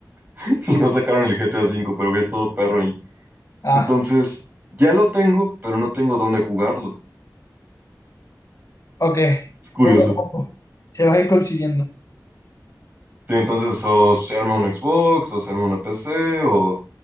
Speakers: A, on the right (about 25°); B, on the left (about 50°).
A: <laughs> y no sacaron el GTA V, pero había estado perro ahí.
B: Ah.
A: Entonces, ya lo tengo, pero no tengo dónde jugarlo.
B: Ok,
A: Es curioso.
B: poco a poco se va a ir consiguiendo.
A: Sí, entonces o se arma un Xbox, o se arma una PC, o